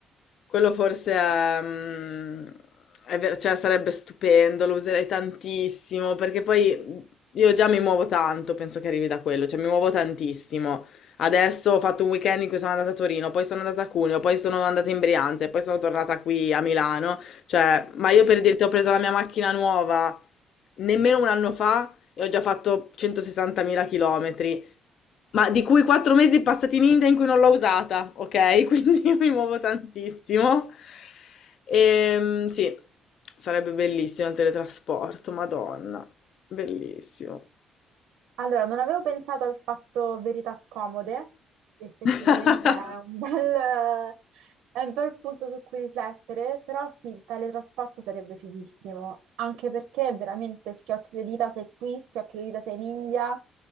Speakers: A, on the left; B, on the right.
A: quello forse è, mm, è ver- cioè sarebbe stupendo, lo userei tantissimo, perché poi io già mi muovo tanto, penso che arrivi da quello, cioè mi muovo tantissimo. Adesso ho fatto un weekend in cui sono andata a Torino, poi sono andata a Cuneo, poi sono andata in Brianza, poi sono tornata qui a Milano. Cioè, ma io per dirti, ho preso la mia macchina nuova nemmeno un anno fa e ho già fatto 160.000 chilometri, ma di cui 4 mesi passati in India in cui non l'ho usata, ok? <laughs> Quindi io mi muovo tantissimo. Ehm, sì, sarebbe bellissimo il teletrasporto, Madonna, bellissimo.
B: Allora, non avevo pensato al fatto verità scomode, effettivamente
A: <laughs>
B: è un <laughs> bel, è un bel punto su cui riflettere, però sì, il teletrasporto sarebbe fighissimo, anche perché veramente schiocchi le dita sei qui, schiocchi le dita sei in India,